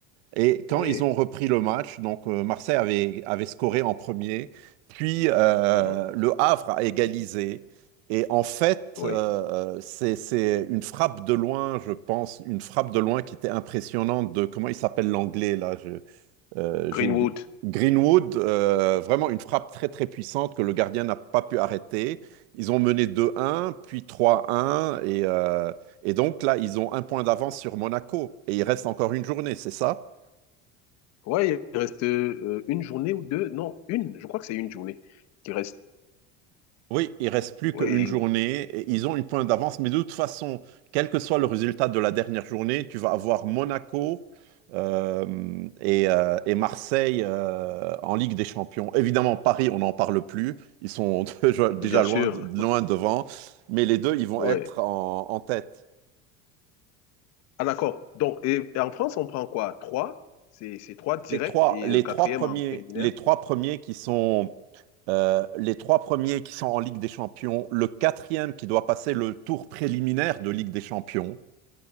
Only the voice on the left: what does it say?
Oui,
mhm,
oui.
Greenwood.
Ouais, il reste euh, une journée ou deux. Non, une. Je crois que c'est une journée qui reste.
Oui,
bien sûr.
Ouais.
Ah, d'accord. Donc, et, et en France, on prend quoi? Trois? C'est c'est trois directs
et
le quatrième
en préliminaire?